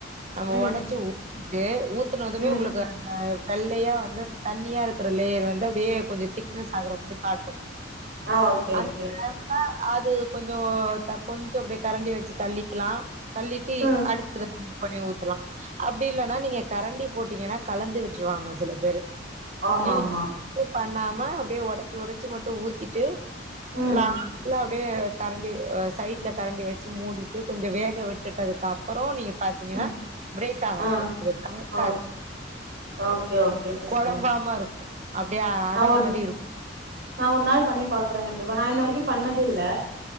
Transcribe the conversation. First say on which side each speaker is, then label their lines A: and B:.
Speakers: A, on the right; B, on the right.
A: நம்ம
B: ம்
A: ஒடச்சி ஊத்திட்டு ஊத் துனதுமே
B: ம்
A: உங்களுக்கு அந்த வெள்ளயா வந்து அந்த தண்ணியா இருக்குற லேயர் வந்து அப்டியே கொஞ்சோ திக்னஸ் ஆகுற மாரி காட்டு
B: ஆ ஓகேங்க
A: விட்டோம்ன்னா அது கொஞ்சோ கொஞ்சோ அப்டியே கரண்டிய வச்சி தள்ளிக்கிலா தள்ளிட்டு
B: ஆ
A: அடுத்து ரபுல் பண்ணி ஊத்தலா அப்டில்லன்னா நீங்க கரண்டி போட்டீங்கன்னா கலந்துவிட்ருவாங்க சில பேரு
B: ஆமா
A: நீங்க
B: ஆமா
A: அப்டியே பண்ணாம அப்டியே உடச்சு உடச்சு மட்டு ஊத்திட்டு
B: ம்
A: லாஸ்ட்ல அப்டியே கரண்டி சைட்ல கரண்டி வச்சு மூடிட்டு கொஞ்சோ வேக விட்டுட்டதுக்கப் அப்புறோ நீங்க பாத்தீங்கன்னா
B: ம்
A: பிரேக் ஆகாது
B: ஆ
A: அது கலக்காது
B: ஓ ஓகே ஓகே சிஸ்டர்
A: குழம்பாம இருக்கு அப்டியே
B: நா
A: அட
B: ஒரு
A: மாரி இருக்கு
B: நா ஒரு நாள் பண்ணி பாக்குறே கண்டிப்பா நா இன்ன வரைக்கு பண்ணதுல்ல